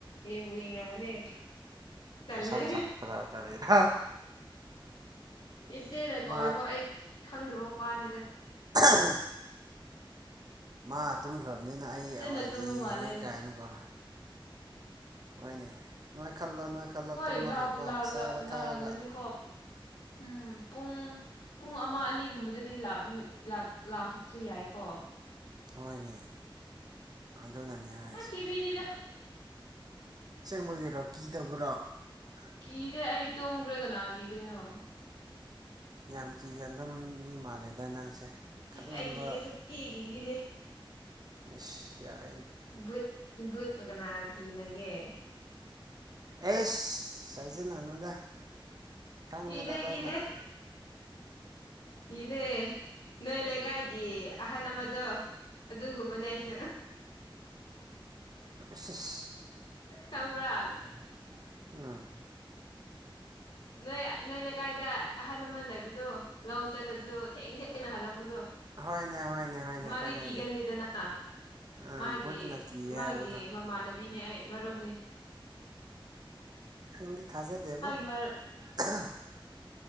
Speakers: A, on the left (about 80°); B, on the right (about 45°).
A: ꯌꯦꯡꯕꯨ ꯌꯦꯡꯂꯝꯒꯅꯤ ꯇꯜꯂꯦ
B: ꯃꯁꯝ ꯁꯝꯕ꯭ꯔꯥ ꯀꯔꯤꯔꯥ
A: ꯏꯆꯦꯅ ꯀꯧꯔꯦꯀꫭ
B: ꯃꯥ
A: ꯑꯩ ꯈꯪꯗꯕ ꯋꯥꯅꯤꯗ
B: ꯑꯍꯥ ꯃꯥ ꯇꯨꯝꯈ꯭ꯔꯕꯅꯤꯅ
A: ꯐꯖꯅ
B: ꯑꯩꯑꫭꯏꯅ
A: ꯇꯨꯝꯕ
B: ꯌꯦꯡꯒꯦ
A: ꯃꯥꯜꯂꯦ ꯑꯩꯗꯣ
B: ꯀꯥꯏꯅꯀꯣ ꯍꯣꯏꯅꯦ ꯅꯣꯏ ꯈꯜꯂꯣ ꯅꯣꯏ ꯈꯜꯂꯣ
A: ꯍꯣꯏ
B: ꯇꯨꯝꯃꯒ
A: ꯂꯥꯛꯄꯨ
B: ꯀꯣ ꯆꯥꯕ
A: ꯂꯥꯎꯔꯝꯒꯅꯤꯀꯣ
B: ꯊꯛꯑꯒ
A: ꯎꯝ ꯄꯨꯡ ꯄꯨꯡ ꯑꯃ ꯑꯅꯤꯒꯨꯝꯕꯗꯗꯤ ꯂꯥꯛꯑꯝꯃꯤ ꯂꯥꯛ ꯂꯥꯛꯄꯁꯨ ꯌꯥꯏꯀꯣ
B: ꯍꯣꯏꯅꯦ ꯑꯗꯨꯅꯅꯦ ꯍꯥꯏꯁꯦ
A: ꯑ ꯀꯤꯕꯤꯗꯤꯗ
B: ꯑꯁꯦꯡꯕꯒꯤꯔꯣ ꯀꯤꯗꯕꯔꯣ
A: ꯀꯤꯗꯦ ꯑꯩ ꯇꯨꯝꯒ꯭ꯔꯦ ꯀꯅꯥ ꯀꯤꯗꯣꯏꯅꯣ
B: ꯌꯥꯝ ꯀꯤꯒꯟꯕ ꯃꯤ ꯃꯥꯜꯂꯦꯗ ꯅꯪꯁꯦ ꯈꯪꯒꯟꯕ
A: ꯑꯩ ꯀꯤꯗꯦ ꯁꯨꯡꯀꯤ ꯀꯤꯕꯤꯗꯦ
B: ꯑꯁ ꯌꯥꯏ
A: ꯕꯨꯠ ꯕꯨꯠꯄꯨ ꯀꯅꯥ ꯀꯤꯅꯒꯦ
B: ꯑꯦꯁ ꯍꯥꯏꯖꯤꯟꯅꯅꯨꯗ ꯈꯪꯉꯦꯗ
A: ꯀꯤꯗꯦ
B: ꯂꯣꯏꯅ
A: ꯀꯤꯗꯦ
B: ꯦ <inaudible>
A: ꯀꯤꯗꯦ ꯅꯣꯏ ꯂꯩꯀꯥꯏꯒꯤ ꯑꯍꯟ ꯑꯃꯗꯣ ꯑꯗꯨꯒꯨꯝꯕꯅꯦ ꯑꯩꯁꯨ
B: ꯑ ꯑꯁ ꯑꯁ
A: ꯈꯪꯕ꯭ꯔꯥ
B: ꯂꫭꯏꯔꯦꯈꯦ ꯎꯝ
A: ꯅꯣꯏ ꯅꯣꯏ ꯂꯩꯀꯥꯏꯗ ꯑꯍꯜ ꯑꯃ ꯂꯩꯕꯗꯣ ꯂꯧ ꯆꯠꯂꯖꯨ ꯊꯦꯡ ꯊꯦꯡꯅ ꯍꯜꯂꯛꯄꯗꯣ
B: ꯍꯣꯏꯅꯦ ꯍꯣꯏꯅꯦ ꯍꯣꯏꯅꯦ
A: ꯃꯥꯗꯤ
B: ꯈꯪꯉꯤꯅꯦ
A: ꯀꯤꯒꯟꯗꯦꯗꯅꯥ
B: ꯑꯥ
A: ꯃꯥꯒꯤ
B: ꯕꯨꯠꯅ ꯀꯤꯌꯦ
A: ꯃꯥꯒꯤ
B: ꯍꯥꯏꯕꯗꯣ
A: ꯃꯃꯥꯟꯅꯕꯤꯅꯦ ꯑꯩ ꯃꯔꯨꯞꯅꯤ
B: ꯅꯪꯗꯤ ꯊꯥꯖ ꯗꯦꯕꯣ
A: ꯃꯔꯨꯞ
B: ꯑꯍ